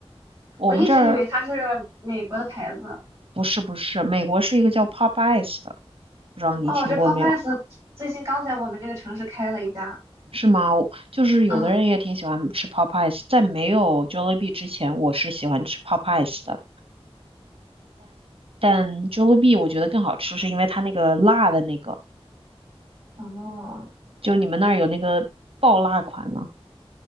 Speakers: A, on the right (about 60°); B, on the right (about 30°).
A: 我们这儿
B: 我一直以为它是美国的牌子。
A: 不是不是，美国是一个叫 Popeyes 的，不知道你听过没有？
B: 哦，这 Popeyes 最近刚在我们这个城市开了一家。
A: 是吗？我就是有的人也挺喜欢吃
B: 嗯，
A: Popeyes，在没有 Jollibee 之前，我是喜欢吃 Popeyes 的，但 Jollibee 我觉得更好吃，是因为它那个辣的那个，
B: 哦，
A: 就你们那儿有那个爆辣款吗？